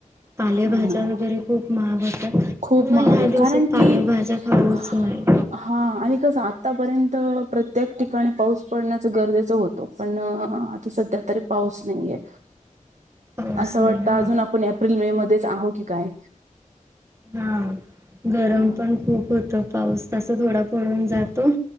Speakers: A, on the right; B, on the right.
A: पालेभाज्या
B: हम्म.
A: वगैरे खूप महाग होतात.
B: खूप
A: मग
B: महाग
A: ह्या
B: आहे
A: दिवसात
B: कारण
A: पाले
B: की
A: भाज्या खाऊच
B: हा
A: नाही.
B: आणि आतापर्यंत प्रत्येक ठिकाणी पाऊस पडण्याच गरजेचं होतं पण आता स... तरी पाऊस नाहीये..
A: पाऊस
B: असं
A: नाही
B: वाटतं
A: हा
B: अजून आपण एप्रिल मे मध्येच आहो की काय?
A: हा गरम
B: हा.
A: पण खूप होत. पाऊस तस थोडा पडून जातो.